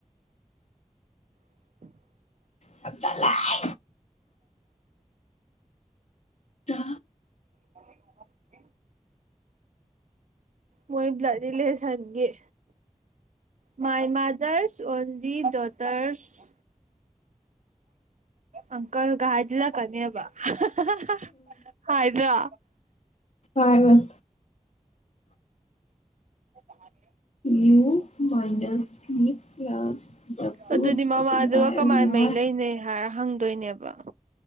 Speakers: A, on the right; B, on the left.
A: <inaudible>
B: ꯍꯛ ꯆꯜꯂꯥꯢ ꯇꯥ
A: <unintelligible> ꯃꯣꯏ ꯕ꯭ꯂꯠ ꯔꯤꯂꯦꯁꯟꯒꯤ ꯃꯥꯏ ꯃꯥꯗ꯭ꯔꯁ ꯑꯣꯡꯂꯤ ꯗꯣꯇ꯭ꯔꯁ ꯑꯪꯡꯀꯜꯒ ꯍꯥꯢꯖꯜꯂꯛ ꯀꯥꯅꯤꯕ ꯍꯥ ꯍꯥ ꯍꯥ ꯍꯥ ꯍꯥ ꯍꯥꯏꯥꯗ꯭ꯔꯣ
B: ꯂꯥꯢꯃꯟ
A: ꯅꯠꯇꯦ ꯍꯥꯢꯕꯌꯦ
B: U minus P plus W
A: ꯑꯗꯨꯗꯤ
B: ꯗꯤꯚꯥꯏꯗꯦꯠ
A: ꯃꯃꯥꯗꯨꯒ
B: ꯕꯥꯏ
A: ꯀꯃꯥꯏꯅ
B: ꯋꯥꯏ
A: ꯃꯔꯤ ꯂꯩꯅ ꯍꯥꯏꯔꯣ ꯍꯪꯡ ꯗꯣꯏꯅꯦꯕ